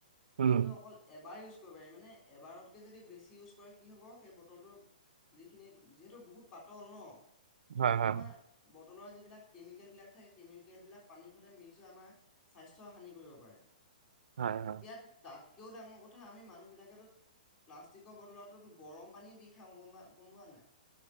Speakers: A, on the left (about 20°); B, on the right (about 75°).
A: গতিক
B: উম,
A: সেইটো অকল এবাৰ ইউজ কৰিব পাৰি, মানে এবাৰতকে যদি বেছি ইউজ কৰে কি হ'ব সেই বটলটোৰ যিখিনি যিহেতু বহুত পাতল ন,
B: হয়,
A: সেইটো
B: হয়,
A: তোমাৰ বটলৰ যিবিলাক কেমিকেল বিলাক থাকে কেমিকেল বিলাক পানীৰ সতে মিক্স হৈ আমাৰ স্বাস্থ্য হানি কৰিব পাৰে।
B: হয়,
A: এতিয়া
B: হয়,
A: তাতকেও ডাঙৰ কথা আমি মানুহ বিলাকে টো প্লাষ্টিকৰ বটলতো গৰম পানী দি খাওঁ গম গম পোৱা নাই।